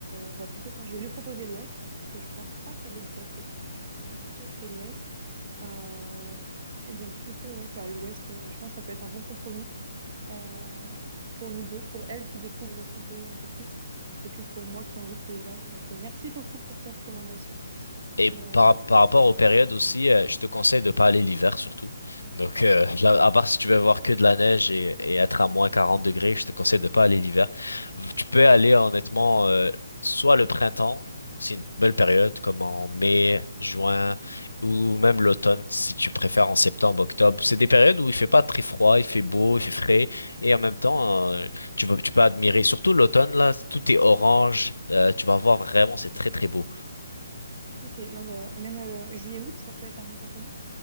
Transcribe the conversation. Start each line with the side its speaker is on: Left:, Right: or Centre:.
Right: on va plutôt pas. Je vais lui proposer l'Ouest, parce que je pense pas qu'elle ait déjà fait. Elle a plutôt fait l'Est. Euh, et donc, plutôt, ouais, bah, l'Ouest, euh, je pense que ça peut être un bon compromis euh, pour nous deux, pour elle qui découvre son pays un peu plus, et puis pour moi qui ai envie de paysage. Donc, euh, merci beaucoup pour tes recommandations.
Left: Et
Right: Et, euh,
Left: par, par rapport aux périodes aussi, euh, je te conseille de pas aller l'hiver surtout. Donc, euh, <laughs> là, à part si tu veux voir que de la neige et, et être à moins 40 degrés, je te conseille de pas aller l'hiver. Tu peux aller honnêtement, euh, soit le printemps, c'est une belle période, comme en mai, juin, ou même l'automne, si tu préfères en septembre, octobre. C'est des périodes où il fait pas très froid, il fait beau, il fait frais, et en même temps, euh, tu vas, tu peux admirer, surtout l'automne, là, tout est orange, euh, tu vas voir vraiment, c'est très très beau.
Right: ok, non, bah, même euh, juillet-août, ça peut être un bon compromis.